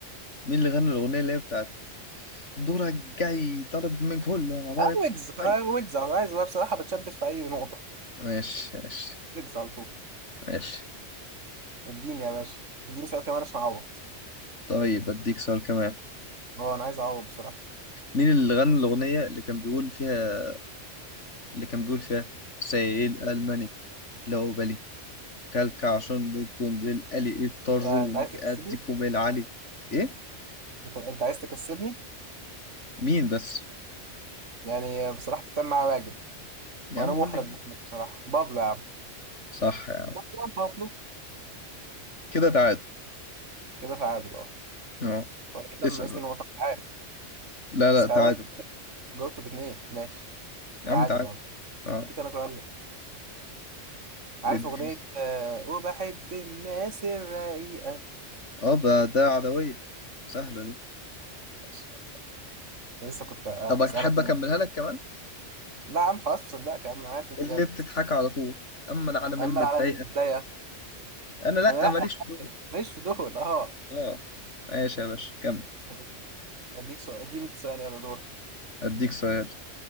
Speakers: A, on the left; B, on the right.
A: مين اللي غنى الأغنية اللي هي بتاعت دورك جاي طالب من كله أنا ضارب
B: اه ويجز
A: حي
B: آه، ويجز أنا عايز بقى بصراحة بتشبث في أي نقطة
A: ماشي ماشي
B: ويجز على طول
A: ماشي
B: اديني يا باشا اديني سؤال كمان عشان أعوض
A: طيب أديك سؤال كمان
B: اه أنا عايز أعوض بصراحة
A: مين اللي غنى الأغنية اللي كان بيقول فيها اللي كان بيقول فيها سائل ألماني لو بالي كلك عشان بيتون للقلي اضطروني
B: انت أنت عايز تكسبني
A: أديكم العلي إيه
B: انت أنت عايز تكسبني
A: مين بس
B: يعني بصراحة تتم معايا واجب
A: يا
B: وانا
A: عم
B: محرج
A: قول لي مين
B: منك بصراحه بابلو يا عم
A: صح يا عم
B: مروان بابلو
A: كده تعادل
B: كده تعادل اه
A: اه
B: وانا كده
A: اسأل
B: ناقصني
A: بقى.
B: نقطه أنت عارف
A: لا لا
B: بس
A: تعادل
B: خلي بالك انت
A: تعادل
B: جاوبته باثنين ماشي
A: يا
B: تعادل
A: عم تعادل
B: يعني بس
A: اه
B: اديك انا سؤال بقى. عارف
A: اديني
B: اغنيه آه وبحب الناس الرقيقه
A: اه ده ده عدوية سهلة دي
B: بس خلاص. أنا لسه كنت آه،
A: طب
B: هسالك
A: تحب اكملها
B: مين
A: لك كمان
B: لا يا عم خلاص مصدقك يا عم انا عارف انت
A: اللي
B: جامد
A: بتضحك على طول اما العالم
B: اما
A: المتضايقة
B: العالم متضايقه
A: انا لا
B: انا لا
A: ماليش في دول
B: ماليش في دول اه
A: اه ماشي يا باشا كمل
B: طب اديك سؤال اديني سؤال يلا دورك
A: اديك سؤال